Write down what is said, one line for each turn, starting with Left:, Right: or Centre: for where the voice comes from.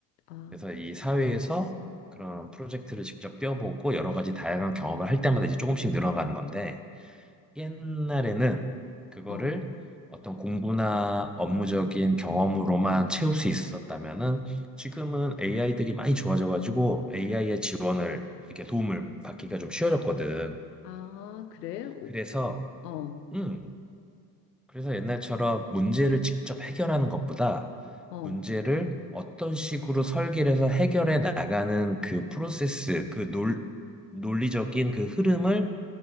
Left: 아,
Centre: 그래서 이 사회에서 그런 프로젝트를 직접 뛰어보고 여러 가지 다양한 경험을 할 때마다 이제 조금씩 늘어가는 건데 옛날에는 그거를
Left: 어,
Centre: 어떤 공부나 업무적인 경험으로만 채울 수 있었다면은 지금은 AI들이 많이 좋아져가지고 AI의 지원을 이렇게 도움을 받기가 좀 쉬워졌거든.
Left: 아, 그래? 오,
Centre: 그래서
Left: 어,
Centre: 음 그래서 옛날처럼 문제를 직접 해결하는 것보다
Left: 어.
Centre: 문제를 어떤 식으로 설계를 해서 해결해 나가는 그 프로세스, 그 논, 논리적인 그 흐름을